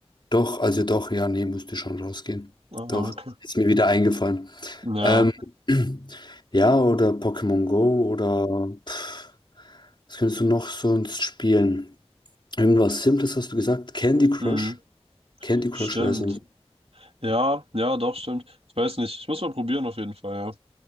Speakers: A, on the left; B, on the right.
A: Doch, also doch, ja, nee, müsste schon rausgehen.
B: Ah,
A: Doch,
B: okay.
A: ist mir wieder eingefallen.
B: Ja,
A: Ähm, <clears throat> ja, oder Pokémon Go oder pff, was könntest du noch sonst spielen? Irgendwas Simples hast du gesagt? Candy Crush?
B: hm,
A: Candy Crush
B: stimmt.
A: wäre so ein.
B: Ja, ja, doch, stimmt. Ich weiß nicht, ich muss mal probieren auf jeden Fall, ja.